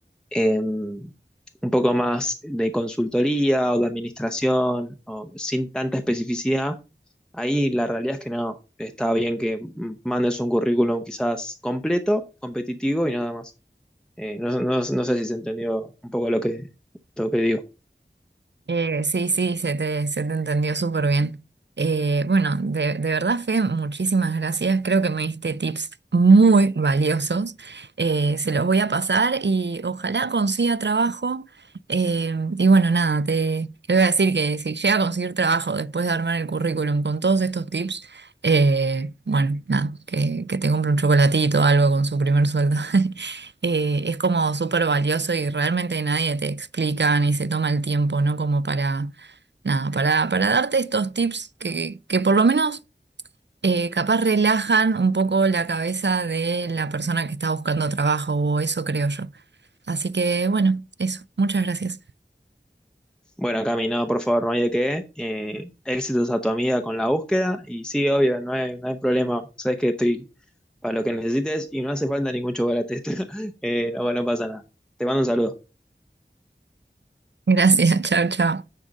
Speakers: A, in the centre; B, on the right.
A: eh, un poco más de consultoría o de administración, o sin tanta especificidad, ahí la realidad es que no. Está bien que mandes un currículum quizás completo, competitivo y nada más. Eh, no, no- no sé si se entendió un poco lo que, lo que digo.
B: Eh, sí, sí, se te, se te entendió súper bien. Eh, bueno, de, de verdad, Fe, muchísimas gracias. Creo que me diste tips muy valiosos. Eh, se los voy a pasar y ojalá consiga trabajo. Eh, y bueno, nada, te, te voy a decir que si llega a conseguir trabajo después de armar el currículum con todos estos tips, eh, bueno, nada, que, que te compre un chocolatito o algo con su primer sueldo. <laughs> eh, es como súper valioso y realmente nadie te explica ni se toma el tiempo, ¿no? Como para, nada, para, para darte estos tips que, que por lo menos eh, capaz relajan un poco la cabeza de la persona que está buscando trabajo, o eso creo yo. Así que bueno, eso, muchas gracias.
A: Bueno, Cami, no, por favor, no hay de qué. Eh, éxitos a tu amiga con la búsqueda. Y sí, obvio, no hay, no hay problema. Sabes que estoy para lo que necesites y no hace falta ningún chocolate. <laughs> Eh, no, bueno, no pasa nada. Te mando un saludo.
B: Gracias, <laughs> chao, chao.